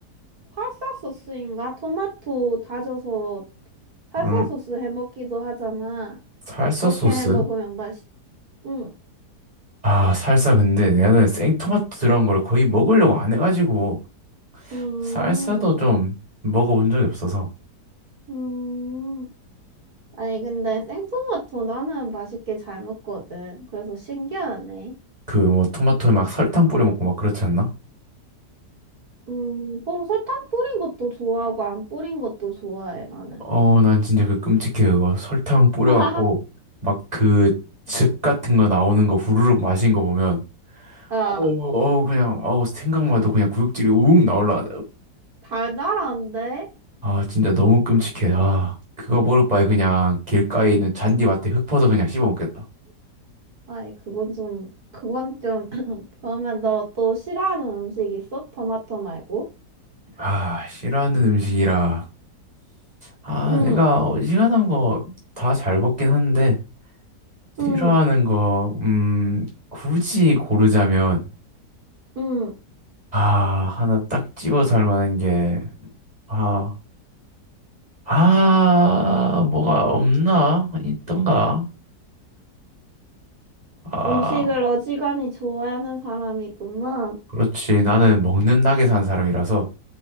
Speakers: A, on the right; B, on the right.
A: 살사 소스인가? 토마토 다져서 살사
B: 응,
A: 소스 해먹기도 하잖아.
B: 살사
A: 그렇게
B: 소스?
A: 해먹으면 맛있, 응,
B: 아, 살사 근데 나는 생토마토 들어간 걸 거의 먹으려고 안 해가지고
A: 음,
B: 살사도 좀 먹어본 적이 없어서
A: 음. 아니, 근데 생토마토 나는 맛있게 잘 먹거든. 그래서 신기하네.
B: 그 뭐 토마토에 막 설탕 뿌려 먹고 막 그렇지 않나?
A: 음, 뭐 설탕 뿌린 것도 좋아하고 안 뿌린 것도 좋아해, 나는.
B: 어, 난 진짜 그 끔찍해, 그거. 설탕 뿌려갖고,
A: <laughs>
B: 막 그 즙 같은 거 나오는 거 후루룩 마신 거 보면,
A: 아,
B: 어우, 어우, 그냥, 어우, 생각만 해도 그냥 구역질이 우웅 나올라.
A: 달달한데?
B: 아, 진짜 너무 끔찍해. 아, 그거 먹을 바에 그냥 길가에 있는 잔디밭에 흙 퍼서 그냥 씹어 먹겠다.
A: 아니, 그건 좀, 그건 좀 그러면 너 또 싫어하는 음식 있어? 토마토 말고?
B: 아, 싫어하는 음식이라. 아,
A: 응,
B: 내가 어지간한 거 다 잘 먹긴 한데,
A: 응,
B: 싫어하는 거, 음, 굳이 고르자면,
A: 응.
B: 아, 하나 딱 집어서 할 만한 게, 아, 아, 뭐가 없나? 있던가? 아,
A: 음식을 어지간히 좋아하는 사람이구만.
B: 그렇지. 나는 먹는 낙에 산 사람이라서